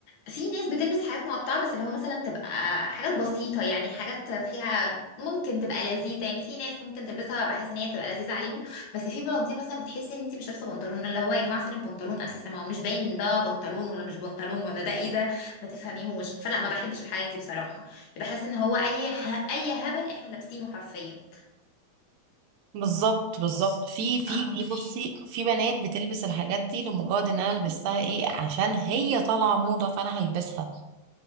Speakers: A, on the left (about 70°); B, on the right (about 80°).
A: في ناس بتلبس حاجات مقطعة بس اللي هو مثلا تبقى حاجات بسيطة يعني حاجات فيها ممكن تبقى لذيذة يعني في ناس ممكن تلبسها بحيث ان هي تبقى لذيذة عليهم بس في بناطيل مثلا بتحسي ان انت مش لابسة بنطلون اللي هو يا جماعة فين البنطلون اساسا ما هو مش باين ده بنطلون ولا مش بنطلون ولا ده ايه ده ما تفهميهوش فلا ما بحبش الحاجة دي بصراحة بحس ان هو اي ه... اي هبل احنا لابسينه حرفيا
B: بالظبط بالظبط
A: بس
B: في في
A: اه
B: في
A: في
B: بصي في بنات بتلبس الحاجات دي لمجرد ان انا لبستها ايه عشان هي طالعة موضة فانا هلبسها